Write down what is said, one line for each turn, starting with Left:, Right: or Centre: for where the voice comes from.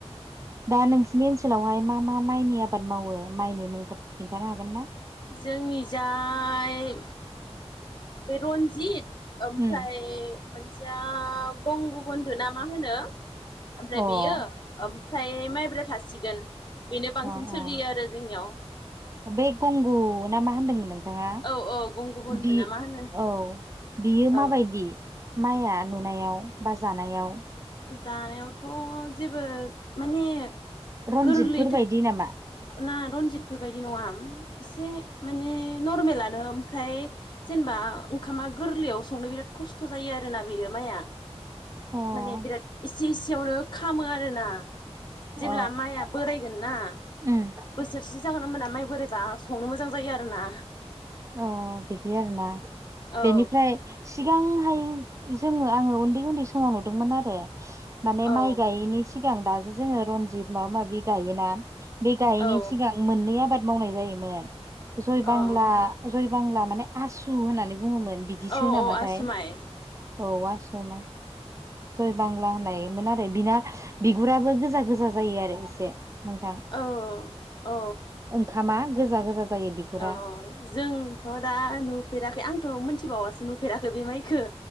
Right: दा नोंसिनि ओनसोलावहाय मा मा माइनि आबाद मावो माइनि मुंफोरखौ खिन्थानो हागोन ना
Left: जोंनि जाय बे रनजित ओमफ्राय
Right: उम
Left: मोनसेया गंगुबन्धु ना मा होनो ओमफ्राय
Right: अ
Left: बेयो ओमफ्राय माइब्रा थासिगोन बेनो बांसिन
Right: अ
Left: सोलियो आरो जोंनियाव
Right: बे गंगु ना मा होनदोंमोन नोंथाङा
Left: औ औ गंगु बन्धु
Right: बि
Left: ना मा होनो
Right: औ बियो
Left: औ
Right: माबायदि माइया नुनायाव बा जानायाव
Left: जानायावथ' जेबो माने
Right: रनजितफोर
Left: गोरलै था
Right: बायदि नामा
Left: ना रनजितफोर बायदि नङा एसे माने नरमेलानो ओमफ्राय जेनेबा ओंखामा गोरलैयाव संनो बिराद खस्थ' जायो आरोना बेयो माइआ
Right: अ
Left: माने बिराद इसे इसेयावनो खामो आरोना जेब्ला
Right: अ
Left: माइआ बोराय गोन ना
Right: उम
Left: बोसोरसे जागोनना ओमबाना माइ बोराइबा संनो मोजां जायो आरोना
Right: अ बिदि आरोना
Left: औ
Right: बेनिफ्राय सिगांहाय जोङो आङो उन्दै उन्दै समाव नुदोंमोन आरो माने
Left: औ
Right: माइ गायिनि सिगां दासो जोङो रनजित माबा माबि गायोना बे गायिनि
Left: औ
Right: सिगां मोननै आबाद मावनाय जायोमोन जय
Left: औ
Right: बांला जय बांला माने आसु होननानै बुङोमोन बिदिसो
Left: औ
Right: नामाथाय
Left: औ आसु माइ
Right: औ आसुवानो जय बांला होननायमोन आरो बिना बिगुराबो गोजा गोजा जायो आरो एसे नोंथां
Left: अ अ
Right: ओंखामा गोजा गोजा जायो बिगुरा
Left: अ जोंथ' दा नुफेराखै आंथ' मिथिबावासो नुफेराखै बे माइखौो